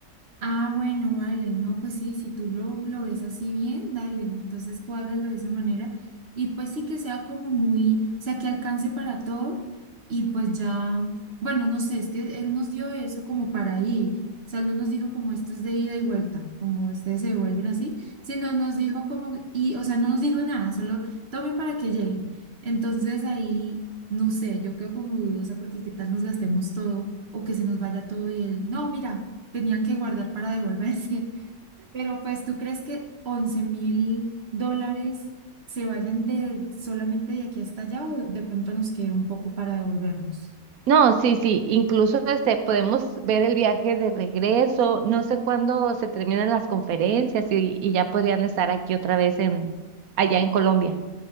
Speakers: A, on the right (about 45°); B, on the right (about 70°).
A: Ah, bueno, vale, no, pues sí, si tú lo, lo ves así bien, dale, entonces cuádralo de esa manera y pues sí que sea como muy, o sea, que alcance para todo y pues ya, bueno, no sé, es que él nos dio eso como para ir, o sea, él no nos dijo como esto es de ida y vuelta, como ustedes se devuelven así, sino nos dijo como, y, o sea, no nos dijo nada, solo tomen para que lleguen. Entonces ahí, no sé, yo quedo como dudosa porque qué tal nos gastemos todo o que se nos vaya todo y él, no, mira tenían que guardar para devolverse. <laughs> Pero pues, ¿tú crees que once mil dólares se vayan de solamente de aquí hasta allá o de pronto nos quede un poco para devolvernos?
B: No, sí, sí, incluso este, podemos ver el viaje de regreso, no sé cuándo se terminan las conferencias y, y ya podrían estar aquí otra vez en, allá en Colombia.